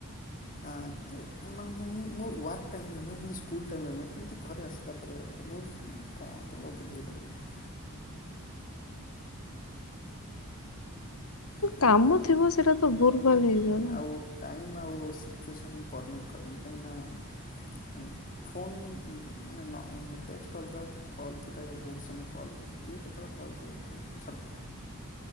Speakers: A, on the left; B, on the left.
A: ହଁ କିନ୍ତୁ ମୋ ୱାର୍କ ଟାଇମ୍ ରେ ନୁହେଁ ଏମିତି ସ୍କୁଲ୍ ଟାଇମ୍ ରେ ନୁହଁ ଏମିତି ଘରେ ଆସିଲା ପରେ ବହୁତ ମୁଁ କଣ ତୁମକୁ ବୁଝେଇ ପାରିବିନି। କିନ୍ତୁ
B: କାମ
A: ଟାଇମ୍
B: ଥିବ ସେଇଟା ତ ଭୁଲ ଭାଲ
A: ନା
B: ହେଇଯିବ ନା।
A: ଆଉ ଟାଇମ୍ ଆଉ ସିଚୁଏସନ୍ ପରମିଟ୍ କରିନି କାହିଁକିନା ଫୋନ୍ ମାନେ ଟେଷ୍ଟ ଅଲଗା। କଲ୍ ଗୋଟେ ବହୁତ ସମୟ କଲ୍ କିଏ କେତେବେଳେ କଲ୍ କରିବେ କଣ ଛାଡ଼।